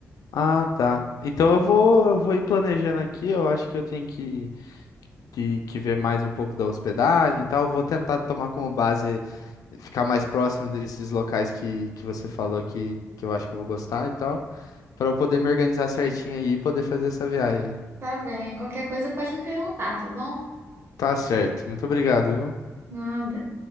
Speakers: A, on the left (about 75°); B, on the right (about 45°).
A: Ah, tá. Então eu vou, eu vou ir planejando aqui. Eu acho que eu tenho que, que, que ver mais um pouco da hospedagem e tal. Eu vou tentar tomar como base ficar mais próximo desses locais que, que você falou que, que eu acho que eu vou gostar e tal, para eu poder me organizar certinho aí e poder fazer essa viagem.
B: Tá bem. Qualquer coisa pode me perguntar, tá bom?
A: Tá certo. Muito obrigado, viu?
B: Nada.